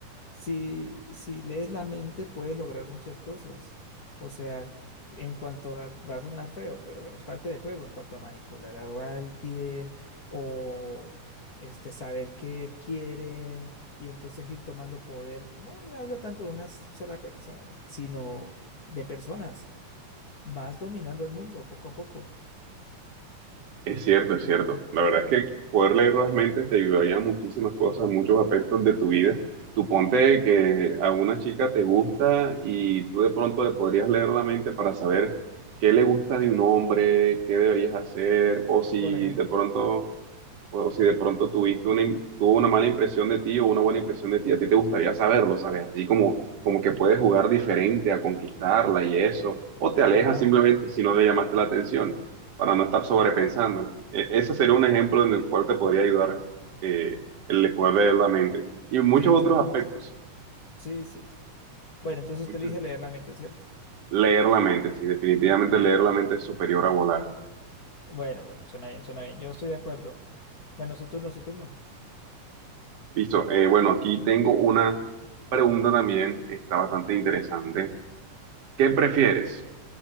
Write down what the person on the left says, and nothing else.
Si, si lees la mente, puedes lograr muchas cosas. O sea, en cuanto a, va a sonar feo, pero bueno, es parte del juego. En cuanto a manipular a alguien o este, saber qué quieren y entonces ir tomando poder. No hablo tanto de una sola persona, sino de personas. Vas dominando el mundo poco a poco.
Por ejemplo.
Ajá,
ajá.
Sí, claro
que sí. Sí, sí, sí. Bueno, entonces
te dije leer la mente, ¿cierto?
Bueno.
Bueno, bueno, suena bien, suena bien. Yo estoy de acuerdo. Bueno, su turno, su turno.